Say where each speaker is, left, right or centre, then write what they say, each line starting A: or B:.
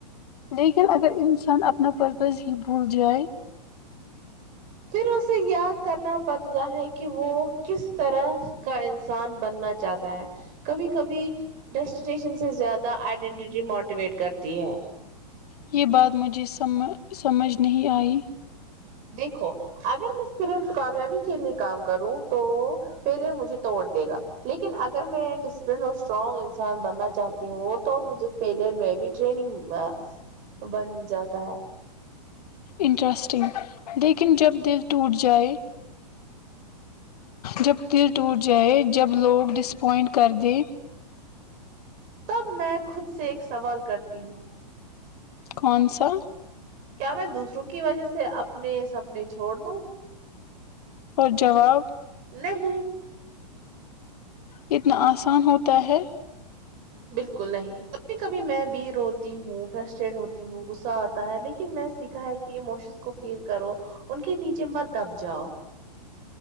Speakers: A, on the left; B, on the right.
A: لیکن اگر انسان اپنا پرپز ہی بھول جائے
B: پھر اسے یاد کرنا پڑتا ہے کہ وہ کس طرح کا انسان بننا چاہتا ہے کبھی کبھی ڈیسٹینیشن سے زیادہ آئیڈینٹیٹی موٹیویٹ کرتی ہے
A: یہ بات مجھے سمجھ نہیں آئی
B: دیکھو اگر میں صرف کامیابی کے لیے کام کروں تو فیلئر مجھے توڑ دے گا لیکن اگر میں ڈسپلن اور اسٹرانگ انسان بننا چاہتی ہوں تو مجھے فیلئر میں بھی ٹرینگ بن جاتا ہے
A: انٹرسٹنگ لیکن جب دل ٹوٹ جائے جب دل ٹوٹ جائے جب لوگ ڈسپوائنٹ کر دیں
B: تب میں خود سے ایک سوال کرتی ہوں
A: کون سا
B: کیا میں دوسروں کی وجہ سے اپنے سپنے چھوڑ دوں
A: اور جواب
B: نہیں
A: اتنا آسان ہوتا ہے
B: بالکل نہیں کبھی کبھی میں بھی روتی ہوں فرسٹیڈ ہوتی ہوں گغصہ آتا ہے لیکن میں سیکھا ہے کہ اموشن کو فیل کرو ان کے نیچے مت دب جاؤ